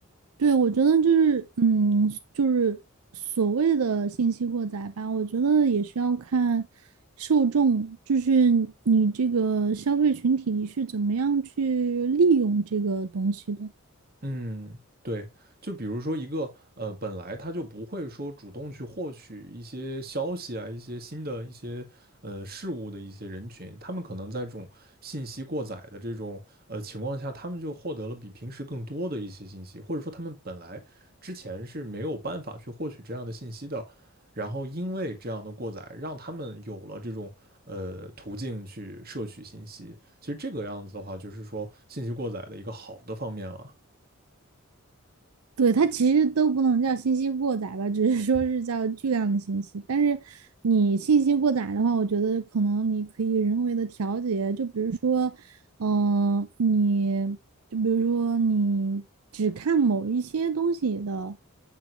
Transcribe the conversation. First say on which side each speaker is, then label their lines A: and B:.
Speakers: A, on the right (about 80°); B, on the right (about 40°).
A: 对，我觉得就是，嗯，就是所谓的信息过载吧，我觉得也是要看受众，就是你这个消费群体你是怎么样去利用这个东西的。
B: 嗯，对，就比如说一个呃，本来他就不会说主动去获取一些消息啊，一些新的一些呃事物的一些人群，他们可能在这种信息过载的这种呃情况下，他们就获得了比平时更多的一些信息，或者说他们本来之前是没有办法去获取这样的信息的，然后因为这样的过载，让他们有了这种呃途径去摄取信息。其实这个样子的话，就是说信息过载的一个好的方面了。
A: 对，它其实都不能叫信息过载吧，只是说是叫巨量的信息。但是你信息过载的话，我觉得可能你可以人为的调节，就比如说，嗯，你就比如说你只看某一些东西的，